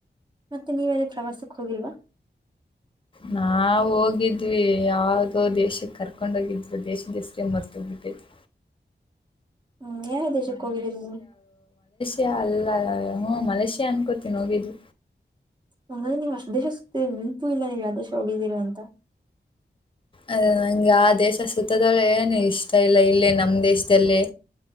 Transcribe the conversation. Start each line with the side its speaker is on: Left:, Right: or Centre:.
Right: ಮತ್ತೆ ನೀವೆಲ್ಲಿ ಪ್ರವಾಸಕ್ ಹೋಗಿಲ್ವಾ
Left: ನಾವ್ ಹೋಗಿದ್ವಿ ಯಾವದೋ ದೇಶಕ್ಕ ಕರ್ಕೊಂಡ ಹೋಗಿದ್ರು ದೇಶದ ಹೆಸರೆ ಮರ್ತೋಗ್ಬಿಟ್ಟೈತಿ
Right: ಹ್ಮ್ ಯಾವ್ ಯಾವ್ ದೇಶಕ್ಕೆ ಹೋಗಿದ್ದೀರಿ ನೀವು
Left: ಏ ಅಲ್ಲ ಅಲ್ಲ ಮಲೇಷಿಯಾ ಅನ್ಕೋತೀನಿ ಹೋಗಿದ್ದು
Right: ಹಂಗಂದ್ರೆ ನೀವು ಅಷ್ಟ್ ದೇಶ ಸುತ್ತೀರಿ ನೆಂಪು ಇಲ್ಲ ನೀವ್ ಯಾವ ದೇಶ ಹೋಗಿದ್ದೀರಾ ಅಂತ
Left: ಅದೆ ನಂಗ ಆ ದೇಶ ಸುತ್ತದಳ ಏನು ಇಷ್ಟ ಷ್ಟ ಇಲ್ಲ ಇಲ್ಲೇ ನಮ್ಮ್ ದೇಶದಲ್ಲಿ